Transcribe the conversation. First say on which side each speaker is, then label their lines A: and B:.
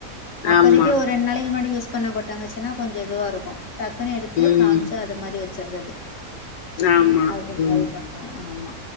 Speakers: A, on the left (about 60°); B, on the left (about 80°).
A: அப்பதைக்கு
B: ஆமா
A: ஒரு ரெண்டு நாளைக்கு முன்னாடி யூஸ் பண்ண கொட்டாங்கச்சுனா கொஞ்ச இதுவா இருக்கு டக்குன்னு எடுத்து
B: ம்
A: காம் அத மாரி வச்சர்றது
B: ஆமா
A: அது மாரி
B: ம்
A: பண்ணோ ஆமா